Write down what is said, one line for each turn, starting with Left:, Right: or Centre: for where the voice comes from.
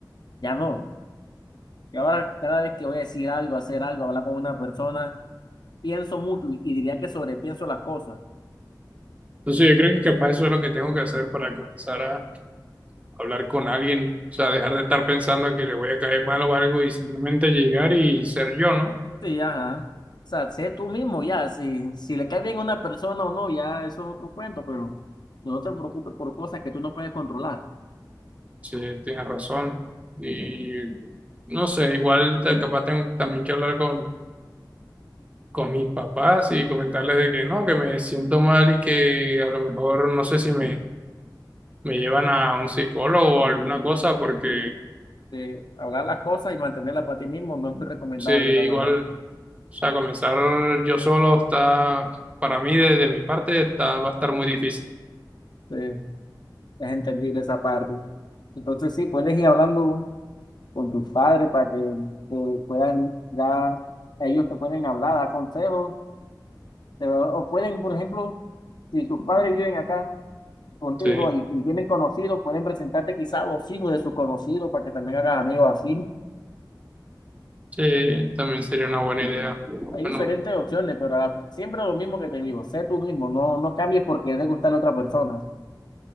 Left: ya no. Y ahora cada vez que voy a decir algo, hacer algo, hablar con una persona, pienso mucho y, y diría que sobrepienso las cosas.
Right: Entonces, yo creo que capaz eso es lo que tengo que hacer para comenzar a hablar con alguien, o sea, dejar de estar pensando que le voy a caer mal o algo y simplemente llegar y ser yo, ¿no?
Left: Sí, ajá. O sea, sé tú mismo ya, si, si le cae bien a una persona o no, ya eso es otro cuento, pero no te preocupes por cosas que tú no puedes controlar.
Right: Sí, tienes razón. Y no sé, igual ta- capaz tengo también que hablar con, con mis papás y comentarles de que no, que me siento mal y que a lo mejor no sé si me, me llevan a un psicólogo o alguna cosa, porque
Left: de hablar las cosas y mantenerlas para ti mismo no es muy recomendable,
Right: sí, igual,
Left: la verdad.
Right: o sea, comenzar yo solo está, para mí, desde mi parte, está, va a estar muy difícil.
Left: Sí, es entendible esa parte. Entonces, sí, puedes ir hablando con tus padres para que te puedan, ya ellos te pueden hablar, dar consejos, te- o pueden, por ejemplo, si tus padres viven acá contigo
Right: Sí,
Left: y, y tienen conocidos, pueden presentarte quizás a los hijos de sus conocidos para que también hagas amigos así.
Right: sí, también sería una buena idea. Bueno,
Left: Hay diferentes opciones, pero la- siempre lo mismo que te digo, sé tú mismo, no, no cambies porque le gusta a la otra persona.